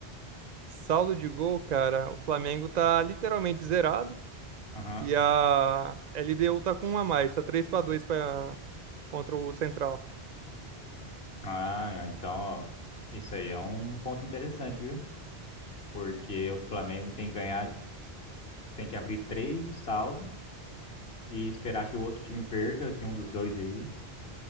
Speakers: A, on the right; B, on the left.
A: Saldo de gol, cara, o Flamengo tá literalmente zerado.
B: Aham.
A: E a LDU tá com um a mais, tá 3 para 2 para contra o Central.
B: Ah, é, então, ó, isso aí é um ponto interessante, viu? Porque o Flamengo tem que ganhar, tem que abrir três de saldo e esperar que o outro time perca, que um dos dois aí,